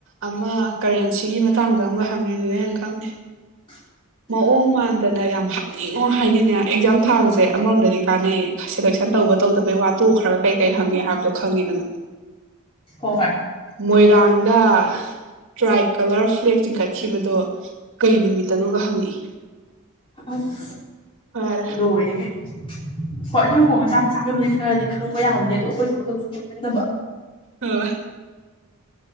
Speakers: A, on the right (about 60°); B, on the left (about 25°).
A: ꯑꯃ ꯀꯔꯦꯟꯁꯤꯒꯤ ꯃꯇꯥꯡꯗ ꯑꯃꯒ ꯍꯪꯉꯛꯑꯦ ꯑꯗꯨꯗꯤ ꯑꯩꯅ ꯈꯪꯗꯦ
B: <inaudible>
A: ꯃꯑꯣꯡ ꯃꯥꯟꯗꯅ ꯌꯥꯝ ꯍꯥꯛꯅꯤꯡꯉꯣ ꯍꯥꯏꯗꯤꯅꯦ ꯑꯦꯛꯖꯥꯝ ꯊꯥꯕꯁꯦ ꯑꯃꯔꯣꯝꯗꯗꯤ ꯀꯥꯟꯅꯩꯌꯦ ꯁꯦꯂꯦꯛꯁꯟ ꯇꯧꯕ ꯇꯧꯗꯕꯩ ꯋꯥꯇꯣꯛꯈ꯭ꯔꯒ ꯀꯩ ꯀꯩ ꯍꯪꯒꯦ ꯍꯥꯏꯕꯗꯣ ꯈꯪꯉꯤꯗꯅ
B: ꯍꯣꯏ ꯍꯣꯏ
A: ꯃꯣꯏꯔꯥꯡꯗ ꯇ꯭ꯔꯥꯏ ꯀꯂꯔ ꯐ꯭ꯂꯦꯛ ꯆꯤꯡꯈꯠꯈꯤꯕꯗꯣ ꯀꯩ ꯅꯨꯃꯤꯠꯇꯅꯣꯒ ꯍꯪꯉꯛꯏ
B: ꯑꯁ
A: ꯐꯔꯦ
B: ꯂꯣꯏꯔꯦꯍꯦ ꯍꯣꯏ ꯑꯗꯨꯒꯨꯝꯕ ꯃꯆꯥ ꯃꯆꯥꯥꯒꯕꯕꯨꯗꯤ ꯈꯔꯗꯤ ꯈꯪꯕ ꯌꯥꯕꯅꯦ ꯑꯗꯣ ꯑꯩꯈꯣꯏꯁꯨ ꯈꯪꯁꯨ ꯈꯪꯍꯟꯗꯕ
A: ꯍ